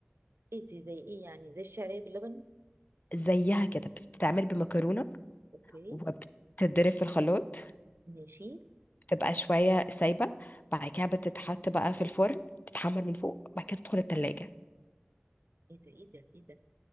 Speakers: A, on the right; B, on the left.
A: ايه دي زي ايه يعني زي الشعريه باللبن
B: زيها كده بس بتتعمل بمكرونه
A: اوكي
B: وبتتضرب في الخلاط
A: ماشي
B: بتبقى شويه سايبه بعد كده بتتحط بقى في الفرن تتحمر من فوق بعد كده تدخل التلاجة
A: ايه ده ايه ده ايه ده